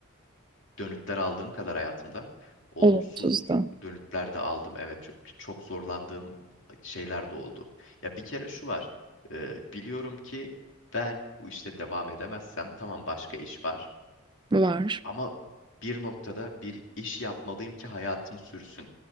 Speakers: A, on the left; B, on the right.
A: dönütler aldığım kadar hayatımda olumsuz
B: Olumsuz da
A: dönütler de aldım. Evet çok, çok zorlandığım şeyler de oldu. Ya bir kere şu var. e, biliyorum ki ben bu işte devam edemezsem tamam başka iş var.
B: var.
A: Ama bir noktada bir iş yapmalıyım ki hayatım sürsün.